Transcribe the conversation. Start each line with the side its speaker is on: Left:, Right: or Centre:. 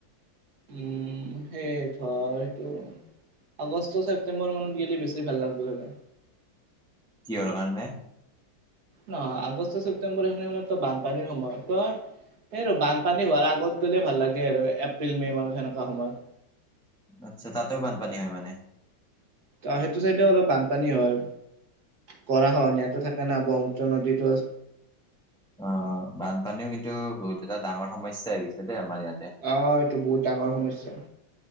Right: উম, সেই ধৰ সেইটো আগষ্ট, ছেপ্টেম্বৰ মানত গেলে বেছি ভাল লাগব চাবা
Centre: কিহৰ কাৰণে?
Right: নহয় আগষ্ট, ছেপ্তেম্বৰ এইখিনি সময়তটো বানপানীৰ সময় ত' এই আৰু বানপানী হোৱাৰ আগত গ'লে ভাল লাগে আৰু এপ্ৰিল, মে' মানত সেনেকুৱা সময়ত।
Centre: আচ্ছা তাতেও বানপানী হয় মানে?
Right: ত' সেইটো চাইডেও অলপ বানপানী হয় গৰা খহনীয়াতো থাকে না ব্ৰহ্মুপুত্ৰ নদীত। দচ
Centre: অ', বানপানীও কিন্তু বহুত এটা ডাঙৰ সমস্যা আহিছে দেই আমাৰ ইয়াত।
Right: অহ, এইটো বহুত ডাঙৰ সমস্যা।